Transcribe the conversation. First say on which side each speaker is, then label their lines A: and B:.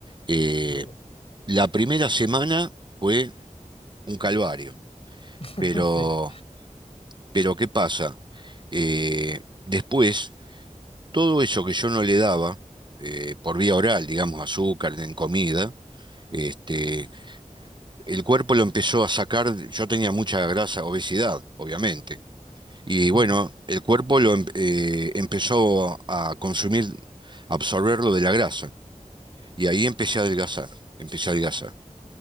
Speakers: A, on the right (about 35°); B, on the left (about 50°).
A: Eh,
B: Uh,
A: la primera semana fue un calvario,
B: <laughs>
A: pero,
B: sí.
A: pero ¿qué pasa? Eh, después, todo eso que yo no le daba, eh, por vía oral, digamos, azúcar en comida, este, El cuerpo lo empezó a sacar, yo tenía mucha grasa, obesidad, obviamente. Y
B: Ujú.
A: bueno, el cuerpo lo em- eh, empezó a consumir, a absorber lo de la grasa. Y ahí empecé a adelgazar, empecé a adelgazar.